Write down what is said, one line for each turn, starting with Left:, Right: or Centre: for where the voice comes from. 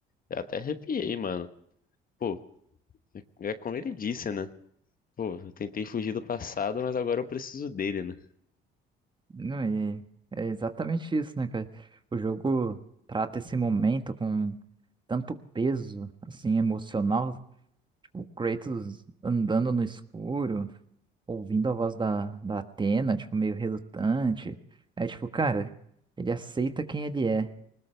Left: Eu até arrepiei, mano. Pô, é como ele disse, né? Pô, eu tentei fugir do passado, mas agora eu preciso dele, né?
Right: Não, e é exatamente isso, né, cara? O jogo trata esse momento com tanto peso, assim, emocional, tipo, o Kratos andando no escuro, ouvindo a voz da, da Atena, tipo, meio relutante. É tipo, cara, ele aceita quem ele é,